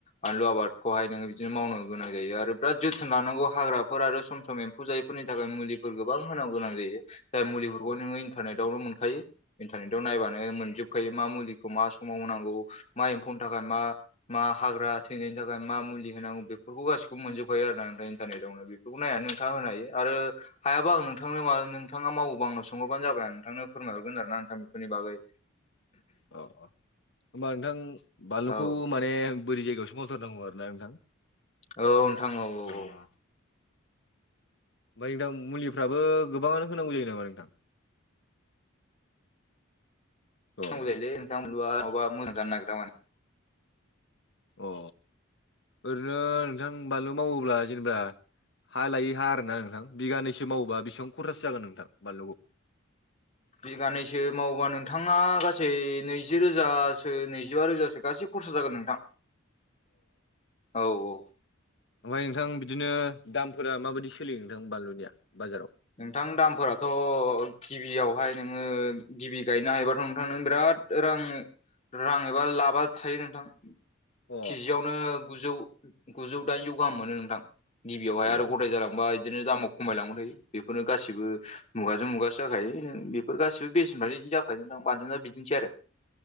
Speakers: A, on the left; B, on the left.
A: बानलु आबादखौहाय नोङो बिदिनो मावनो गोनां जायो आरो बिराद जोथोन लानांगौ हाग्राफोर आरो सम सम एम्फौ जायैफोरनि थाखाय मुलि फोर गोबां होनांगो गोनां जायो जाय मुलिफोरखौ
B: अ औ
A: नोङो इन्टारनेटावनो मोनखायो। इन्टारनेटाव नायबानो मोनजोबखायो मा मुलिखौ मा समाव होनांगौ मा एम्फौनि थाखाय मा मा हाग्रा थैनायनि थाखाय मा मुलि होनांगौ बेफोरखौ गासिखौबो मोनजोबखायो आरो ना इन्टारनेटावनो बेफोरखौ नायनानै नोंथाङा होनो हायो आरो हायाबा आं नोंथांनो मा नोंथाङा मावोबा आंनो सोंहरबानो जाबाय आं नोंथांनो फोरमायहरगोन आरोना नोंथां बेफोरनि बागै
B: औ। होमबा नोंथां बानलुखौ
A: औ
B: माने बोरि जायगायावसो मावथारनांगौ आरोना नोंथां।
A: औ नोंथां औ औ
B: अ
A: औ।
B: ओमफ्राय नोंथां मुलिफ्राबो गोबाङानो होनांगौ जायो नामा नोंथां? अ
A: नांगौ जायोलै नोंथां बानलुआ नङाबा मोजां जानो नागिरा माने।
B: अ ओरैनो नोंथां बानलु मावोब्ला जेनेबा हा लायै हा आरोना नोंथां बिगानैसो मावोबा बेसिबां खरसासो जागोन नोंथां बानलुखौ?
A: बिगानैसो मावोबा नोंथाङा गासै नैजि रोजासो नैजिबा रोजासो गासै खरसा जागोन नोंथां। औ औ।
B: ओमफ्राय नोंथां बिदिनो दामफोरा माबायदि सोलियो नोंथां बानलुनिया बाजाराव?
A: नोंथां दामफोराथ' गिबियावहाय नोङो गिबि गायनो हायोबाथ' नोंथां नों बिराद रां रां एबा लाबा थायो नोंथां।
B: अ
A: केजियावनो गुजौ गुजौ दाइनजौ गाहाम मोनो नोंथां। गिबियावहाय
B: औ
A: आरो गदाय जालांबाय बिदिनो दामाव खमायलांबाय थायो बेफोरनो गासिबो मुगाजों मुगासो जाखायो नों बेफोर गासिबो बेसेनफ्रानो बिदि जाखायो नों बानलुना बिदिनोसै आरो।